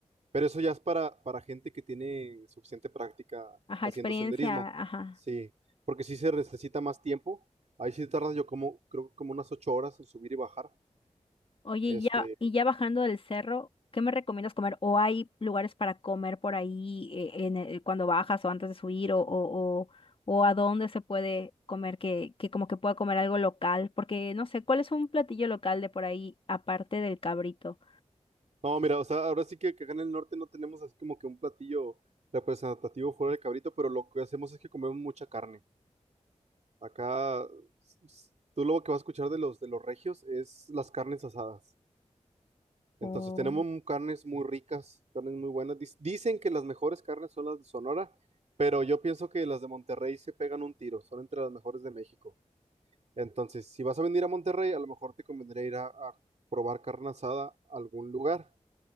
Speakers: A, on the right; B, on the left.
A: Pero eso ya es para, para gente que tiene suficiente práctica
B: ajá,
A: haciendo
B: experiencia,
A: senderismo.
B: ajá.
A: Sí, porque sí se necesita más tiempo. Ahí sí tardas yo como, creo que como unas ocho horas en subir y bajar.
B: Oye,
A: Este,
B: y ya, y ya bajando del cerro, ¿qué me recomiendas comer? ¿O hay lugares para comer por ahí eh, en el- cuando bajas o antes de subir? ¿O, o, o, o a dónde se puede comer que, que como que pueda comer algo local? Porque no sé, ¿cuál es un platillo local de por ahí aparte del cabrito?
A: no, mira, o sea, ahora sí que, que acá en el norte no tenemos así como que un platillo representativo fuera del cabrito, pero lo que hacemos es que comemos mucha carne. Acá, s- s- tú lo que vas a escuchar de los, de los regios es las carnes asadas. Entonces
B: Oh,
A: tenemos mu- carnes muy ricas, carnes muy buenas. Dis- Dicen que las mejores carnes son las de Sonora, pero yo pienso que las de Monterrey se pegan un tiro, son entre las mejores de México. Entonces, si vas a venir a Monterrey, a lo mejor te convendría ir a, a probar carne asada a algún lugar.